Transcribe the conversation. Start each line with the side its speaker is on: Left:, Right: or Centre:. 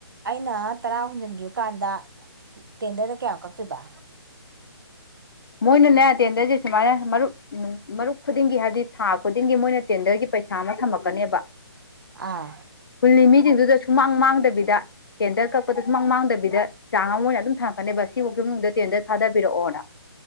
Right: ꯑꯩꯅ ꯇꯔꯥ ꯍꯨꯟꯖꯤꯟꯈꯤꯕ ꯀꯥꯟꯗ ꯇꯦꯟꯗꯗ ꯀꯌꯥ ꯀꯛ ꯇꯨꯏꯕꯥ
Left: ꯎ ꯃꯣꯏꯅꯅꯦ ꯇꯦꯟꯗꯔꯁꯦ ꯁꯨꯃꯥꯏꯅ ꯃꯔ ꯃꯔꯨꯞ ꯈꯨꯗꯤꯡꯒꯤ ꯍꯥꯏꯕꯗꯤ ꯊꯥ ꯈꯨꯗꯤꯡꯒꯤ ꯃꯣꯏꯅ ꯇꯦꯟꯗꯔꯒꯤ ꯄꯩꯁꯥ ꯄꯩꯁꯥ ꯑꯃ ꯊꯝꯃꯛꯀꯅꯦꯕ
Right: ꯑꯥ
Left: ꯈꯨꯜꯂꯤ ꯃꯤꯁꯤꯡꯗꯨꯗ ꯁꯨꯃꯥꯡ ꯃꯥꯡꯗꯕꯤꯗ ꯀꯦꯟꯗꯔ ꯀꯛꯄꯗ ꯁꯨꯃꯥꯡ ꯃꯥꯡꯗꯕꯤꯗ ꯆꯥꯡ ꯑꯃ ꯑꯣꯏꯅ ꯑꯗꯨꯝ ꯊꯥꯡꯉꯛꯀꯅꯦꯕ ꯁꯤꯐꯥꯎꯒꯤ ꯃꯅꯨꯡꯗ ꯇꯦꯟꯗ ꯊꯥꯗꯕꯤꯔꯛꯑꯣꯅ